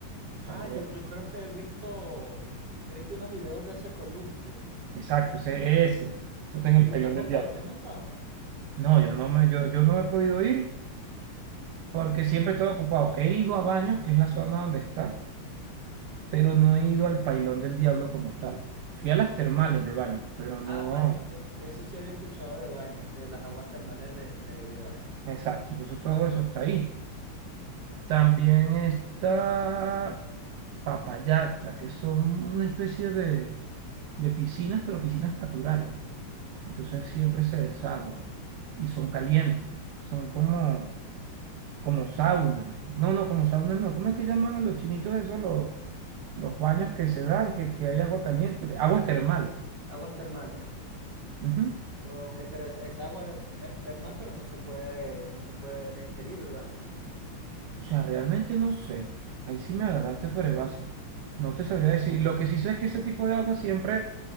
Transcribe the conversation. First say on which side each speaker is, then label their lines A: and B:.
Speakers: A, on the right (about 80°); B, on the right (about 50°).
A: O sea,
B: Ah,
A: yo,
B: yo, yo creo que he visto, he visto unos videos de ese columpio.
A: exacto, ese, ese, eso está
B: Sí,
A: en el
B: ¿y
A: Pailón
B: te has montado?
A: del Diablo.
B: ¿Te has montado?
A: No, yo no me, yo, yo no he podido ir porque siempre he estado ocupado. He ido a Baños, que es la zona donde está, pero no he ido al Pailón del Diablo como tal. Fui a las
B: Ok.
A: termales de Baños, pero no,
B: Ah, baños, es- eso sí había escuchado de baños, de las aguas termales de, de ahí de baños.
A: exacto, entonces todo eso está ahí. También está Papayacta, que son una especie de, de piscinas, pero piscinas naturales. Entonces siempre se desaguan y son calientes. Son como, como sauna. No, no, como sauna no. ¿Cómo es que llaman a los chinitos eso los, los baños que se dan, que, que hay agua caliente? Aguas termales.
B: Aguas termales.
A: Ujú.
B: Ok, pero es, es agua es termal, pero no se puede, no se puede ingerir, ¿verdad?
A: O sea, realmente no sé. Ahí sí me agarraste fuera de base. No te sabría
B: Claro.
A: decir. Lo que sí sé es que ese tipo de agua siempre,